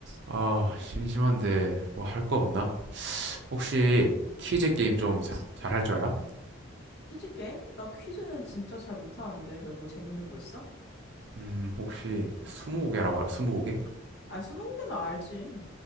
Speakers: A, on the right; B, on the left.
A: 아, 심심한데 뭐 할 거 없나? 혹시 퀴즈 게임 좀 잘 할 줄 알아?
B: 퀴즈 게임? 나 퀴즈는 진짜 잘 못하는데 왜 뭐 재밌는 거 있어?
A: 음, 혹시 스무고개라고 알아? 스무고개?
B: 아, 스무고개는 알지.